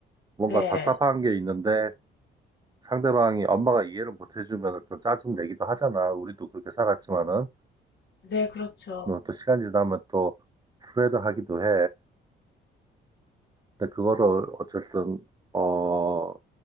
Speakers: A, on the right; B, on the left.
A: 뭔가
B: 네.
A: 답답한 게 있는데 상대방이 엄마가 이해를 못 해주면 좀 짜증내기도 하잖아. 우리도 그렇게 살았지만은.
B: 네, 그렇죠.
A: 뭐또 시간 지나면 또 후회도 하기도 해. 근데 그거를 어쨌든, 어,